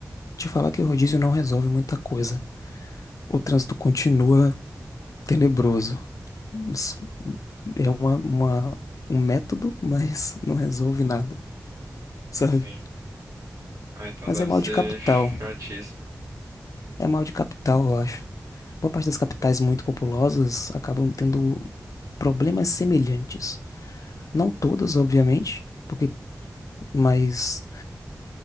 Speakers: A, on the left; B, on the right.
A: te falar que o rodízio não resolve muita coisa. O trânsito continua tenebroso. Isso É uma, uma- um método, mas não resolve nada, sabe?
B: Sim. Ah, então
A: Mas
B: deve
A: é mal
B: ser
A: de capital.
B: chatíssimo.
A: É mal de capital, eu acho. Boa parte das capitais muito populosas acabam tendo problemas semelhantes. Não todas, obviamente, porque, mas